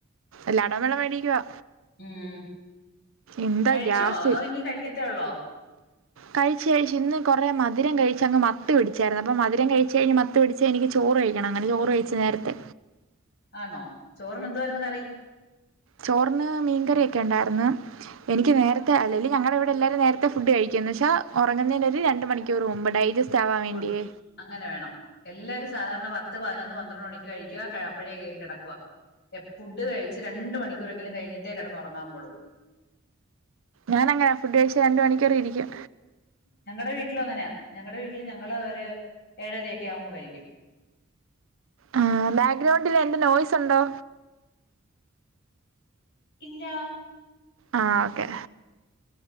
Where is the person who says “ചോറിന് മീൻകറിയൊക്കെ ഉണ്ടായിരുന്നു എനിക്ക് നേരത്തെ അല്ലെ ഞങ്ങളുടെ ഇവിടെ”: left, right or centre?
Right